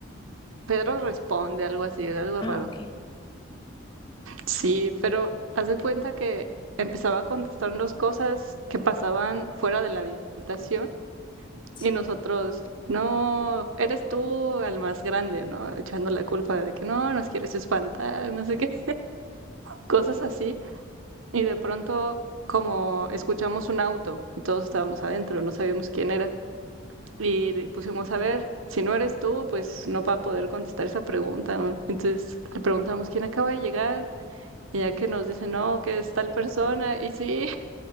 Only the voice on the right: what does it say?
Pedro responde, algo así, de algo
raro.
Sí, pero haz de cuenta que empezaba a contestarnos cosas que pasaban fuera de la habitación
y nosotros, no, eres tú el más grande, ¿no? Echando la culpa de que no, nos quieres espantar, no sé qué, cosas así. Y de pronto, como escuchamos un auto y todos estábamos adentro, no sabíamos quién era. Y le pusimos a ver, si no eres tú, pues no va a poder contestar esa pregunta, ¿no? Entonces le preguntamos quién acaba de llegar Y ya que nos dice, no, que es tal persona, y sí,